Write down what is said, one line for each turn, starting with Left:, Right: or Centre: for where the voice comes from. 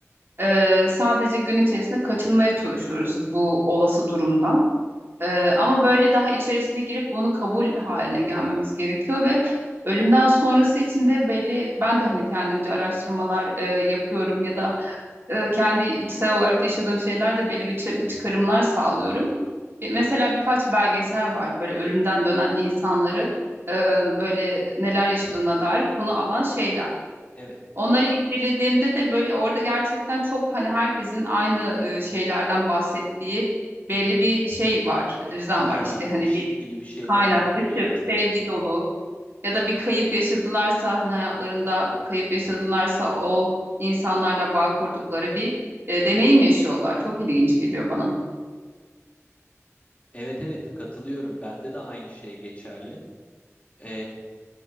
Right: Ee, sadece gün içerisinde kaçınmaya çalışıyoruz bu olası durumdan. Ee, ama böyle daha içerisine girip bunu kabul haline gelmemiz gerekiyor ve ölümden sonrası için de belli ben de hani kendimce araştırmalar e, yapıyorum ya da e, kendi içsel olarak yaşadığım şeylerde belli bir çı- çıkarımlar sağlıyorum. E, Mesela birkaç belgesel var böyle ölümden dönen insanları e, böyle neler yaşadığına dair konu alan
Left: Evet,
Right: şeyler.
Left: evet.
Right: Onları incelediğimde de böyle orada gerçekten çok hani herkesin aynı e, şeylerden bahsettiği belli bir şey var, düzlem
Left: Kaynak,
Right: var işte hani
Left: ışık
Right: bir
Left: gibi bir şeyden
Right: kaynak,
Left: bahsediyorlar
Right: ışık, sevgi
Left: sanırım yine.
Right: dolu ya da bir kayıp yaşadılarsa hani hayatlarında kayıp yaşadılarsa o insanlarla bağ kurdukları bir e, deneyim yaşıyorlar. Çok ilginç geliyor bana.
Left: Evet evet katılıyorum. Bende de aynı şey geçerli. Ee,